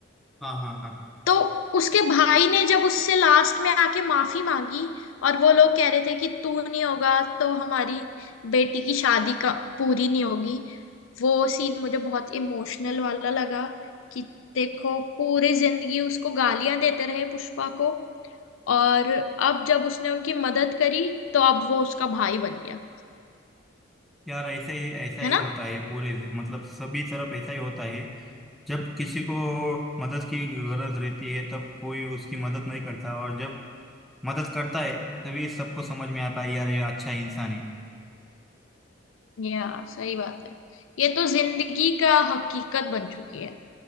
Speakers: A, in the centre; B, on the left.
A: हाँ हाँ हाँ
B: तो उसके भाई ने जब उससे लास्ट में आके माफी मांगी और वो लोग कह रहे थे कि तू नहीं होगा तो हमारी बेटी की शादी का पूरी नहीं होगी वो सीन मुझे बहुत इमोशनल वाला लगा कि देखो पूरी जिंदगी उसको गालियां देते रहे पुष्पा को और अब जब उसने उनकी मदद करी तो अब वो उसका भाई बन गया
A: यार ऐसा ही ऐसा ही
B: है ना
A: होता है पूरे ज- मतलब सभी तरफ ऐसा ही होता है जब किसी को मदद की गरज रहती है तब कोई उसकी मदद नहीं करता और जब मदद करता है तभी सबको समझ में आता है यार ये अच्छा इंसान है
B: या सही बात है ये तो जिंदगी का हकीकत बन चुकी है